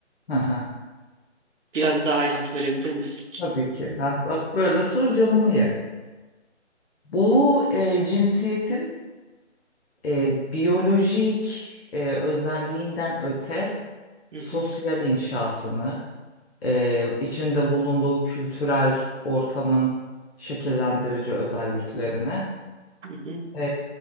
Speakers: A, on the left; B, on the right.
A: Hı hı.
B: Biraz daha ayrıntı verebilir misin?
A: Tabii ki. Ha, bak böyle sor canımı ye. Bu ee, cinsiyetin E, biyolojik e, özelliğinden öte
B: Hı
A: sosyal
B: hı,
A: inşasını, e, içinde bulunduğu kültürel ortamın şekillendirici özelliklerini
B: hı hı.
A: e,